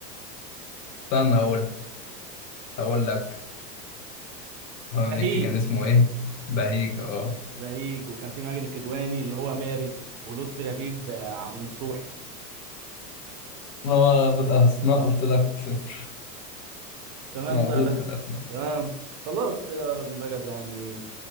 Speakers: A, on the left; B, on the right.
A: استنى أقول أقول لك هارون
B: بهيج
A: مكي كان اسمه ايه بهيج اه
B: بهيج وكان في ماجد الكدواني اللي هو مارد ولطفي لبيب آه، عم نصوحي
A: ما هو في الاسماء قلت لك صفر
B: تمام
A: مش موجود
B: طيب
A: في الاسماء
B: تمام خلاص كده يا ابن رجب يعني